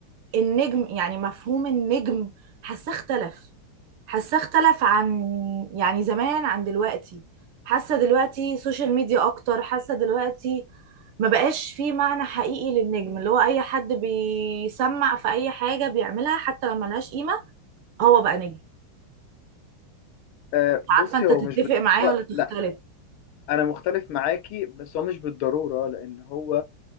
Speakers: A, on the right (about 80°); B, on the left (about 75°).
A: النجم يعني مفهوم النجم حاسة اختلف حاسة اختلف عن يعني زمان عن دلوقتي حاسة دلوقتي سوشيال ميديا اكتر حاسة دلوقتي ما بقاش فيه معنى حقيقي للنجم اللي هو اي حد بيسمع في اي حاجة بيعملها حتى لو ملهاش قيمة هو بقى نجم
B: آه،
A: عارفة
B: بصي
A: انت
B: هو
A: تتفق
B: مش بالضروره
A: معايا ولا تختلف
B: لا انا مختلف معاكي بس هو مش بالضروره لان هو